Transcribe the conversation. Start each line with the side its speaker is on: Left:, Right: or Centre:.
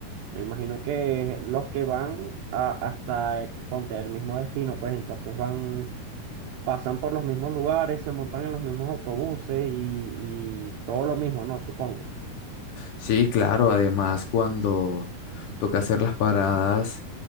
Right: me imagino que los que van a- hasta, eh, ponte, el mismo destino, pues entonces van pasan por los mismos lugares, se montan en los mismos autobuses y, y todo lo mismo, ¿no? Supongo,
Left: Sí, claro, además cuando toca hacer las paradas,